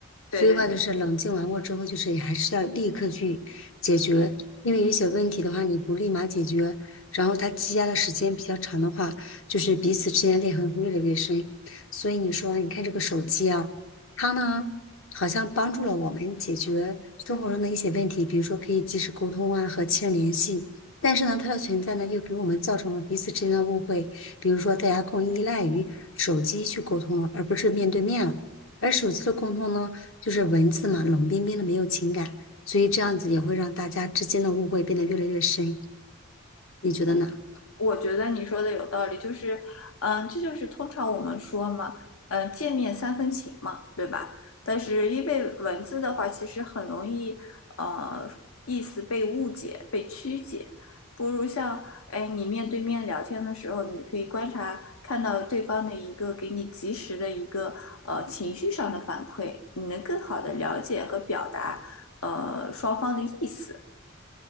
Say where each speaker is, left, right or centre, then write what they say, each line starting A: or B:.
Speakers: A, on the left; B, on the left.
A: 所以话就是冷静完过之后，
B: 对对对。
A: 就是也还是要立刻去解决，因为有一些问题的话，你不立马解决，然后它积压的时间比较长的话，就是彼此之间的裂痕会越来越深。所以你说，你看这个手机啊，它呢好像帮助了我们解决生活中的一些问题，比如说可以及时沟通啊，和亲人联系。但是呢，它的存在呢，又给我们造成了彼此之间的误会，比如说大家更依赖于手机去沟通了，而不是面对面了。而手机的沟通呢？就是文字嘛，冷冰冰的，没有情感，所以这样子也会让大家之间的误会变得越来越深，你觉得呢？
B: 我觉得你说的有道理，就是，嗯，这就是通常我们说嘛，嗯，见面三分情嘛，对吧？但是因为文字的话，其实很容易，呃，意思被误解、被曲解，不如像，哎，你面对面聊天的时候，你可以观察，看到对方的一个给你及时的一个，呃，情绪上的反馈，你能更好的了解和表达，呃，双方的意思。